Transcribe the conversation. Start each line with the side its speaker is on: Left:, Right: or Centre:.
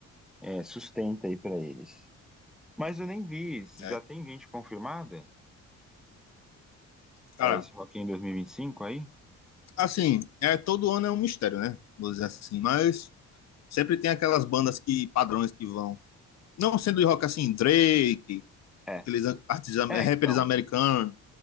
Centre: é, sustenta aí pra eles. Mas eu nem vi. Já
Left: É.
Centre: tem gente confirmada pra
Left: Cara,
Centre: esse Rock in Rio 2025 aí?
Left: assim, é, todo ano é um mistério, né? Vou dizer assim, mas sempre tem aquelas bandas que, padrões que vão. Não sendo de rock assim, Drake,
Centre: É.
Left: aqueles artistas,
Centre: É,
Left: é, rappers
Centre: então.
Left: americanos,